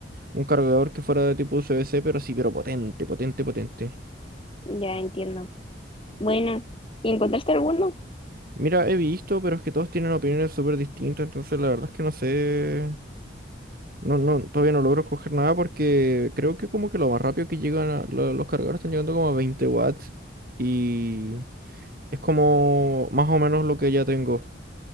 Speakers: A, on the right; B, on the left.
A: Un cargador que fuera de tipo USB-C, pero sí, pero potente, potente, potente.
B: ya entiendo. Buena, ¿y encontraste alguno?
A: Mira, he visto, pero es que todos tienen opiniones súper distintas, entonces la verdad es que no sé. No, no, todavía no logro escoger nada porque creo que como que lo más rápido que llegan a- lo- los cargadores están llegando como a 20 watts y es como más o menos lo que ya tengo.